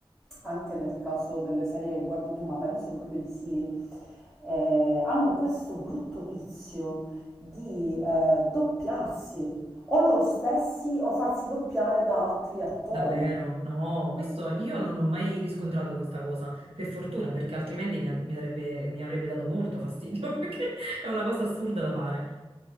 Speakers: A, in the centre; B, on the right (about 75°).
A: anche nel caso delle serie che guardi tu, ma penso proprio di sì, eh, hanno questo brutto vizio di eh, doppiarsi o loro stessi o farsi doppiare da altri attori.
B: Davvero? No, questo io non ho mai riscontrato questa cosa, per fortuna, perché altrimenti mi, mi darebbe- mi avrebbe dato molto fastidio, <laughs> perché è una cosa assurda da fare.